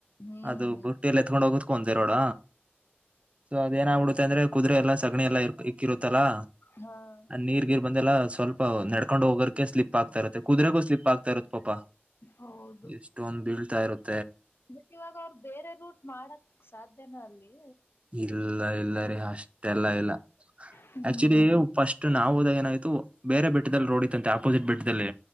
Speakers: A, on the left; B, on the right.
A: ಹ್ಮ್
B: ಅದು ಬುಟ್ಟಿಯಲ್ಲಿ ಎತ್ಕೊಂಡ್ ಹೋಗಕು ಒಂದೆರೋಡ. ಸೊ ಅದೇಏನ ಆಗ್ಬಿಡುತ್ತೆ ಅಂದ್ರೆ ಕುದುರೆೆ ಎಲ್ಲಾ ಸಗಣಿ ಎಲ್ಲ ಇಕ್ಕಿರುತ್ತಲ್ಲಾ.
A: ಹ್ಮ <inaudible>
B: ನೀರ್- ಗಿರ್ ಬಂದೆಲ್ಲ ಸ್ವಲ್ಪ ನಡ್ಕೊಂಡ್ ಹೋಗರಿಕೆ ಸ್ಲಿಪ್ ಆಗ್ತಾ ಇರುತ್ತೆ. ಕುದುರೆಗೂ ಸ್ಲಿಪ್ ಆಗ್ತಾ ಇರುತ್ತ ಪಾಪಾ.
A: ಹೌದು
B: ಎಷ್ಟೊಂದ ಬೀಳ್ತಾ ಇರುತ್ತೆ <unintelligible>
A: ಬಟ್ ಇವಾಗ, ಅವ್ರರು ಬೇರೆ ರೂಟ್ ಮಾಡಕ್ ಸಾಧ್ಯನ ಅಲ್ಲಿ,
B: ಇಲ್ಲ, ಇಲ್ಲ ರಿ ಹ ಅಷ್ಟೇಲ್ಲ ಇಲ್ಲ
A: ಹ್ಮ್
B: ಆಕ್ಚುಲಿ ಫಸ್ಟ್ ನಾವು ಹೋದಾಗ ಏನಾಯ್ತು ಬೇರೆ ಬೆಟ್ಟದಲ್ಲಿ ರೋಡ್ ಇತ್ತಂತೆ. ಆಪೋಸಿಟ್ ಬೆಟ್ಟದಲ್ಲಿ